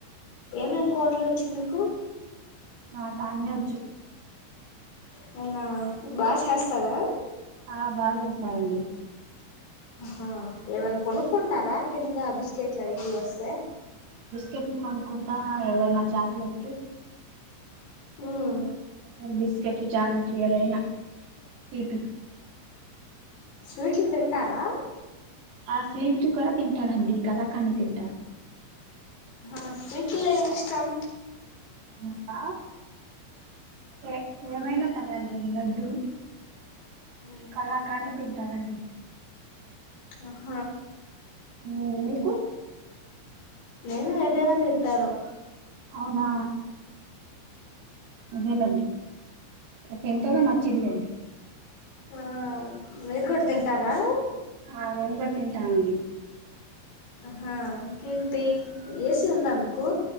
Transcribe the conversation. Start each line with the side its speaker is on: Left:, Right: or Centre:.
Left: ఏమేమ్ కుర్లోచుమీకు
Right: నాకా అన్నీ వచ్చు
Left: అవునా బా చేస్తారా
Right: ఆ బాగా చేస్తారండి
Left: హా ఎవన కొనుక్కుంటారా కింద బిస్కెట్లయి వస్తే
Right: బిస్క్యూట్లు కొనుకుంటాం చాక్లెట్లు
Left: ఉమ్
Right: ఒన్బిస్ కెట్లు చాక్లేట్లు ఏదైనా స్వీటు
Left: స్వీట్లు తింటారా
Right: ఆ స్వీట్ కూడా తింటానండి కళాకాంద్ తింటా
Left: ఆ స్వీట్లో ఎం ఇష్టం
Right: నాకా ఎ ఏమైనా పర్వాలే లడ్డు
Left: ఉమ్
Right: కళాకాండ్ఎ తింటానండి
Left: ఆ హ
Right: హ్మ్ మీకు
Left: నేను ఏదైనా తింటాను
Right: అవునా అదేలేండి తింటూనే నచ్చిందిలేండి
Left: ఆ మీరు కూడా తింటారా
Right: ఆ నేను కూడ తింటానండి
Left: అహా ఇంకేంటి ఏసీ ఉందా మీకు